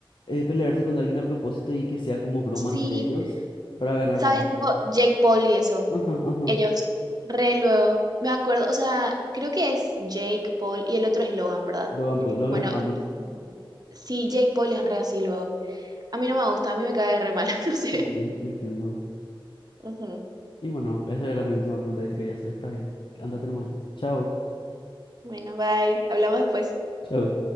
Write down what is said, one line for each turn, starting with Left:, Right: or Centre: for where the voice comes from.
Left: eh, pelearse con alguien a propósito y que sea como broma
Right: Sí,
Left: entre ellos para ganar
Right: ¿sabes?
Left: fama.
Right: Tipo Jake Paul y eso.
Left: Ajá, ajá.
Right: Ellos, re luego. Me acuerdo, o sea, creo que es Jake Paul y el otro es Logan, ¿verdad?
Left: Logan Paul, los
Right: Bueno,
Left: hermanos.
Right: y- sí, Jake Paul es re así luego. A mí no me gusta, a mí me cae re mal, <laughs> no sé.
Left: Sí, entiendo.
Right: Ujú.
Left: Y bueno, esa era mi última pregunta que te quería hacer. Está bien. Andate nomás ya. Chao.
Right: Bueno, bye. Hablamos después.
Left: Chao.